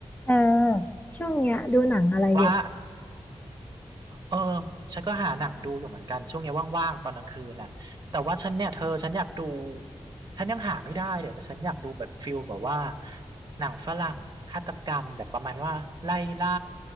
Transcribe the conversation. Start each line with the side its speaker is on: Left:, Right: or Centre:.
Left: เออช่วงเนี้ยดูหนังอะไรอยู่
Right: ว่าเออฉันก็หาหนังดูอยู่เหมือนกันช่วงนี้ว่างๆตอนกลางคืนน่ะแต่ว่าฉันเนี่ยเธอฉันอยากดูฉันยังหาไม่ได้เลยแต่ฉันอยากดูแบบฟิลแบบว่าหนังฝรั่งฆาตกรรมแบบประมาณว่าไล่ล่า